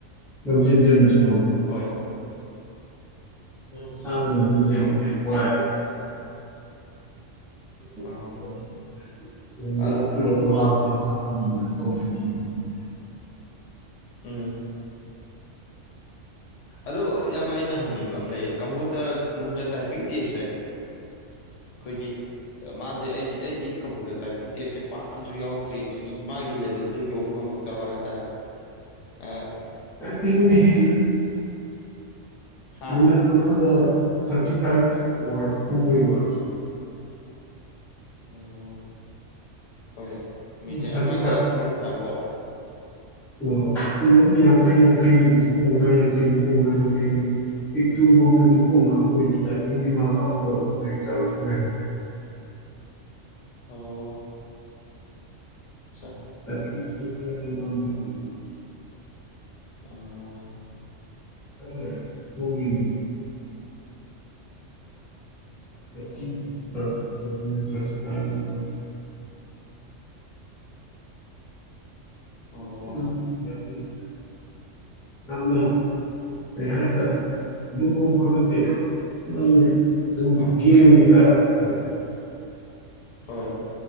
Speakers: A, in the centre; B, on the left (about 75°).
A: ꯂꯝꯖꯦꯟ ꯆꯦꯟꯕꯖꯦ
B: ꯍꯣꯏ
A: ꯎꯝ ꯁꯥꯡꯅ ꯂꯝꯖꯦꯟ
B: ꯍꯣꯏ
A: ꯆꯦꯟꯕꯖꯦ ꯋꯥꯢꯌꯦ <unintelligible>
B: ꯑꯥ ꯑ ꯎꯝ ꯑꯗꯣ ꯏꯌꯥꯝꯕ ꯑꯩꯅ ꯍꯪꯅꯤꯡꯕ ꯑꯃ ꯂꯩꯌꯦ ꯀꯝꯄꯨꯇꯔ ꯃꯨꯔꯇꯔ ꯇꯥꯏꯄꯤꯡ ꯇꯦꯁꯁꯦ ꯈꯣꯏꯒꯤ ꯃꯥꯖꯦ ꯑꯩꯗꯤ ꯑꯩꯗꯤ ꯀꯝꯄꯨꯇꯔ ꯇꯥꯏꯄꯤꯡ ꯇꯦꯁꯁꯦ ꯄꯥꯛꯅꯁꯨ ꯌꯥꯎꯗ꯭ꯔꯤꯕ ꯏ ꯃꯥꯒꯤ ꯂꯦꯕꯦꯜꯗꯣ ꯌꯧ ꯉꯝꯃꯣꯢ ꯀꯃꯍꯥꯢꯇꯥꯔꯦ ꯑ
A: ꯀꯩꯅꯣꯅꯦ ꯍꯦ
B: ꯍꯥ
A: ꯃꯤꯅꯠ ꯑꯃꯗ ꯊꯥꯔꯇꯤ ꯐꯥꯏꯚ ꯋꯥꯔꯗ ꯍꯨꯕꯩ ꯋꯥꯅꯤ
B: ꯎꯝ ꯍꯣꯏ ꯃꯤꯅꯤꯠ
A: ꯊꯥꯔꯇꯤ
B: ꯑꯃꯗ ꯊꯥꯔꯇꯤ ꯐꯥꯏꯚ ꯋꯥꯠ
A: ꯑꯣ ꯌꯥꯡꯈꯩ ꯌꯥꯡꯈꯩ ꯅꯤꯐꯨꯃꯉꯥ ꯌꯥꯡꯈꯩ ꯅꯤꯐꯨꯃꯉꯥ ꯌꯥꯡꯈꯩ ꯄꯤꯛꯇ꯭ꯔꯨ ꯕꯥꯎꯗ ꯅꯤꯐꯨꯃꯉꯥ <unintelligible> ꯗꯤ ꯃꯥ ꯄꯥꯁ ꯇꯧꯔꯁꯨ ꯍꯟꯗꯛ ꯑꯦꯛꯖꯥꯝꯗ ꯂꯩꯍꯧꯔꯦ
B: ꯑꯣ ꯆꯥ
A: <unintelligible>
B: ꯑ
A: <unintelligible> ꯊꯥꯔꯇꯤ <unintelligible>
B: ꯎꯝ
A: ꯊꯥꯔꯇꯤ ꯐꯥꯢꯐ ꯑꯃꯨꯛ ꯑꯣꯏ
B: ꯑꯣ
A: <unintelligible> ꯌꯥꯝꯅ ꯀꯩ ꯍꯥꯏ ꯇꯥꯔꯦ <unintelligible> ꯅꯠꯇꯦ ꯅꯪ ꯑꯗꯨ
B: ꯑꯥ
A: ꯒꯦꯝꯒꯤ ꯇꯥꯢꯞ ꯍꯥꯢ ꯇꯥꯔꯦ
B: ꯍꯣꯏ